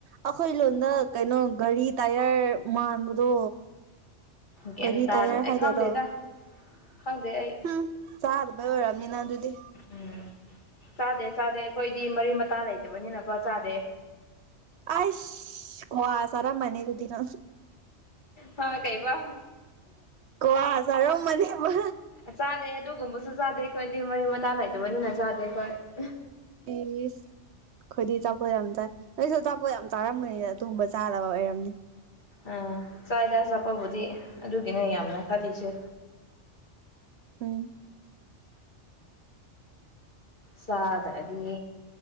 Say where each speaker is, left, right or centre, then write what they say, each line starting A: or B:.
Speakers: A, on the right; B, on the left.
A: ꯑꯩꯈꯣꯏ ꯂꯣꯟꯗ ꯀꯩꯅꯣ ꯒꯥꯔꯤ ꯇꯥꯏꯌꯔ ꯃꯥꯟꯕꯗꯣ
B: ꯒ꯭ꯌꯥꯟ
A: ꯒꯥꯔꯤ
B: ꯇꯥ
A: ꯇꯌꯔ ꯍꯥꯏꯗꯣꯏꯔꯣ
B: ꯑꯩ ꯈꯪꯗꯦꯗ ꯈꯪꯗꯦ ꯑꯩ
A: ꯍꯨꯝ ꯆꯥꯗꯕ ꯑꯣꯏꯔꯝꯅꯤꯅ ꯑꯗꯨꯗꯤ
B: ꯎꯝ ꯆꯥꯗꯦ ꯆꯥꯗꯦ ꯑꯩꯈꯣꯏꯗꯤ ꯃꯔꯤ ꯃꯇꯥ ꯂꯩꯇꯕꯅꯤꯅꯀꯣ ꯆꯥꯗꯦ
A: ꯑ ꯈꯋꯥ ꯁꯔꯥ ꯃꯅꯦ ꯑꯗꯨꯨꯗꯤꯅ
B: ꯍꯥ ꯀꯩꯕ
A: ꯀꯋꯥꯁꯔꯣ ꯃꯅꯦꯦꯕ
B: ꯆꯥꯗꯦ ꯑꯗꯨꯒꯨꯝꯕꯁꯨ ꯆꯥꯗꯦ ꯑꯩꯈꯣꯏꯗꯤ ꯃꯔꯤ ꯃꯇꯥ ꯂꯩꯗꯕꯅꯤꯅ ꯆꯥꯗꯦ ꯑꯩꯣꯏ
A: ꯏꯁꯁ ꯑꯩꯈꯣꯏꯗꯤ ꯑꯆꯥꯄꯣꯠ ꯌꯥꯝ ꯆꯥꯏ ꯅꯣꯏꯁꯨ ꯑꯆꯥꯄꯣꯠ ꯌꯥꯝ ꯆꯥꯔꯝꯒꯅꯤꯗ ꯇꯨꯝꯕ ꯆꯥꯗꯕ ꯑꯣꯏꯔꯝꯅꯤ
B: ꯑꯝ ꯆꯥꯏꯗ ꯆꯠꯄꯕꯨꯗꯤ ꯑꯗꯨꯒꯤꯅꯦ ꯌꯥꯝꯅ ꯈꯜꯂꯤꯁꯦ
A: ꯎꯝ
B: ꯆꯗꯗꯤ